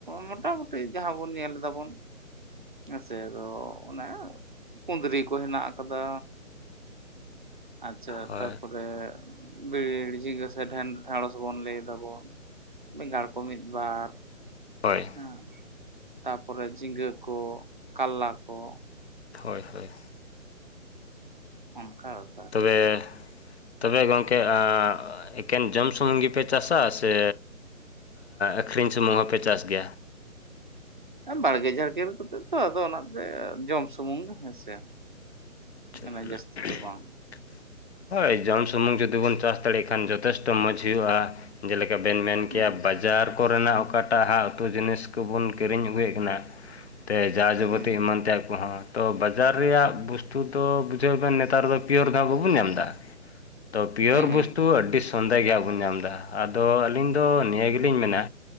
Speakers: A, on the right; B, on the left.
A: ᱢᱚᱴᱟᱢᱩᱴᱤ ᱡᱟᱦᱟᱸ ᱵᱚᱱ ᱧᱮᱞ ᱮᱫᱟᱵᱚᱱ ᱦᱮᱸᱥᱮ ᱟᱫᱚ ᱚᱱᱮ ᱠᱩᱸᱫᱽᱨᱤ ᱠᱩ ᱦᱮᱱᱟᱜ ᱟᱠᱟᱫᱟ ᱟᱪᱪᱷᱟ
B: ᱦᱳᱭ
A: ᱛᱟᱨᱯᱚᱨᱮ ᱵᱤᱨᱤᱲ ᱡᱤᱸᱜᱟ ᱥᱮ ᱰᱷᱮᱸ ᱰᱷᱮᱸᱲᱚᱥ ᱵᱚᱱ ᱞᱟᱹᱭ ᱫᱟᱵᱚᱱ ᱵᱮᱸᱜᱟᱲ ᱠᱚ ᱢᱤᱫ ᱵᱟᱨ
B: ᱦᱳᱭ
A: ᱦᱮᱸ ᱛᱟᱯᱚᱨᱮ ᱡᱷᱤᱸᱜᱟᱹ ᱠᱚ ᱠᱟᱞᱞᱟ ᱠᱚ
B: ᱦᱳᱭ ᱦᱳᱭ
A: ᱚᱱᱠᱟ ᱵᱮᱯᱟᱨ
B: ᱛᱚᱵᱮ ᱛᱚᱵᱮ ᱜᱚᱢᱠᱮ ᱮᱠᱮᱱ ᱡᱚᱢ ᱥᱩᱢᱩᱝ ᱜᱮᱯᱮ ᱪᱟᱥᱟ ᱥᱮ ᱟᱹᱠᱷᱨᱤᱧ ᱥᱩᱢᱩᱝ ᱦᱚᱸ ᱯᱮ ᱪᱟᱥ ᱜᱮᱭᱟ
A: ᱵᱟᱲᱜᱮ ᱡᱷᱟᱲᱠᱮ ᱠᱟᱛᱮᱜ ᱛᱚ ᱟᱫᱚ ᱚᱱᱟᱛᱮ ᱡᱚᱢ ᱥᱩᱢᱩᱝ ᱜᱮ ᱦᱮᱸᱥᱮ
B: ᱟᱪᱷᱟ
A: ᱢᱟᱱᱮ
B: ᱦᱩᱸ
A: ᱡᱟᱹᱥᱛᱤ
B: <unintelligible>
A: ᱫᱚ ᱵᱟᱝ
B: ᱦᱳᱭ ᱡᱚᱢ ᱥᱩᱢᱩᱝ ᱡᱩᱫᱤ ᱵᱚᱱ ᱪᱟᱥ ᱫᱟᱲᱮᱭᱟᱜ ᱠᱷᱟᱱ ᱡᱚᱛᱷᱮᱥᱴᱚ ᱢᱚᱡᱽ ᱦᱩᱭᱩᱜᱼᱟ ᱡᱮᱞᱮᱠᱟ ᱵᱮᱱ ᱢᱮᱱ
A: ᱦᱩᱸ
B: ᱠᱮᱭᱟ ᱵᱟᱡᱟᱨ ᱠᱚᱨᱮᱱᱟᱜ ᱚᱠᱟᱴ ᱮᱴᱟᱜ ᱦᱟᱜ ᱩᱛᱩ ᱡᱤᱱᱤᱥ ᱠᱚᱵᱚᱱ ᱠᱤᱨᱤᱧ ᱟᱹᱜᱩᱭᱮᱫ ᱠᱟᱱᱟ ᱛᱮ ᱡᱟ ᱡᱟᱵᱚᱛᱤ
A: ᱦᱩᱸ
B: ᱮᱢᱟᱱ ᱛᱮᱭᱟᱜ ᱠᱚᱦᱚᱸ ᱛᱚ ᱵᱟᱡᱟᱨ ᱨᱮᱭᱟᱜ ᱵᱚᱥᱛᱩ ᱫᱚ ᱵᱩᱡᱷᱟᱹᱣ ᱵᱮᱱ ᱱᱮᱛᱟᱨ ᱫᱚ ᱯᱤᱭᱳᱨ ᱫᱚ ᱵᱟᱵᱚᱱ ᱧᱟᱢ ᱮᱫᱟ ᱛᱚ ᱯᱤᱭᱳᱨ
A: ᱦᱩᱸ
B: ᱵᱚᱥᱛᱩ ᱟᱹᱰᱤ ᱥᱚᱱᱫᱮ ᱜᱮ ᱦᱚ ᱵᱚᱱ ᱧᱟᱢ ᱮᱫᱟ ᱟᱫᱚ ᱟᱹᱞᱤᱧ ᱫᱚ ᱱᱤᱭᱟᱹ ᱜᱮᱞᱤᱧ ᱢᱮᱱᱟ